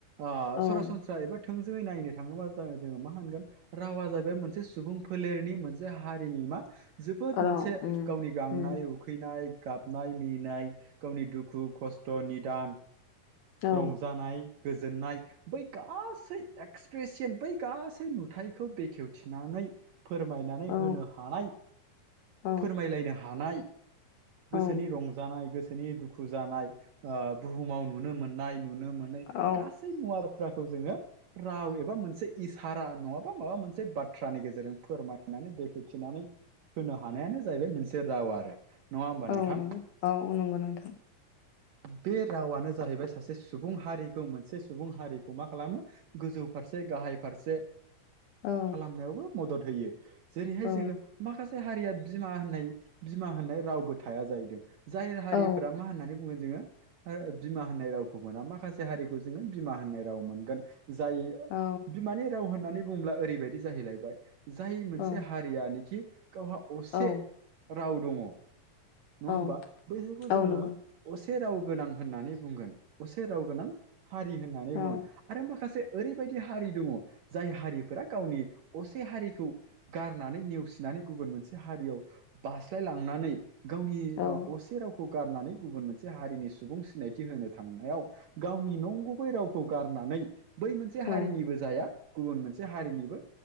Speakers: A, on the right; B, on the left.
A: ओ
B: औ
A: सरासनस्रा एबा थोंजोङै नायनो थाङोबा जा जोङो मा होनगोन रावा जाहैबाय मोनसे सुबुं फोलेरनि मोनसे हारिनि मा जोबोद
B: औ
A: मोनसे
B: उम
A: गावनि गांनाय
B: उम
A: उखैनाय गाबनाय मिनिनाय गावनि दुखु खस्थ' निदान
B: औ
A: रंजानाय गोजोननाय बै गासै एक्सप्रेसेयेन बै गासै नुथायखौ बेखेवथिनानै फोरमायनानै
B: औ
A: होनो हानाय
B: औ
A: फोरमायलायनो हानाय
B: औ
A: गोसोनि रंजानाय गोसोनि दुखु जानाय ओ बुहुमाव नुनो मोननाय नुनो मोनै
B: औ
A: गासै मुवा थ्राखौ जोङो राव एबा मोनसे इसारा नङाबा माबा मोनसे बाथ्रानि गेजेरजों फोरमायनो नानै बेखेवखिनानै होनो हानायानो जाहैबाय मोनसे राव आरो। नङा होमबा
B: औ
A: नोंथां?
B: नंगौ औ नंगौ नोंथां
A: बे रावानो जाहैबाय सासे सुबुं हारिखौ मोनसे सुबुं हारिखौ मा खालामो गोजौ फारसे गाहाय फारसे
B: औ
A: खालामनायावबो मदद होयो जेरैहाय
B: औ
A: जोङो माखास से हारिया बिमा होननाय बिमा होननाय रावबो थाया जाहैदों। जाय हारिफोरा
B: औ
A: मा होननानै बुंगोन जोङो ओ बिमा होननाय रावखौ मोना माखासे हारि खौ जोङो बिमा होननाय राव मोनगोन जाय
B: औ
A: बिमानि राव होनानै बुंब्ला ओरैबायदि जाहैलायबाय जाय मोनसे
B: औ
A: हारियानिखि गावहा असे
B: औ
A: राव दङ नङा
B: औ
A: होनबा बैहायबो
B: औ
A: जोङो
B: नंगौ
A: असे से राव गोनां होननानै बुंगोन असे राव गोनां हारि होननानै
B: औ
A: बुंगोन आरो माखासे ओरैबायदि हारि दङ जाय हारिफोरा गावनि असे हारिखौ गारनानै नेवसिना माने गुबुन मोनसे हारियाव बास्लाय लांनानै गावनि
B: औ
A: अ-असे रावखौ गारनानै गुबुन मोनसे हारिनि सुबुं सिनायथि होनो थांनायाव गावनि नं गुबै रावखौ गारनानै बै मोनसे
B: औ
A: हारिनिबो जाया गुबुन मोनसे हारिनिबो